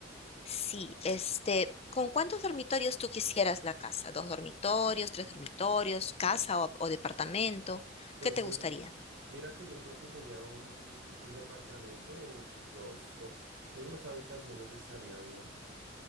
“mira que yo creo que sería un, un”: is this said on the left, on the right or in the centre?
Right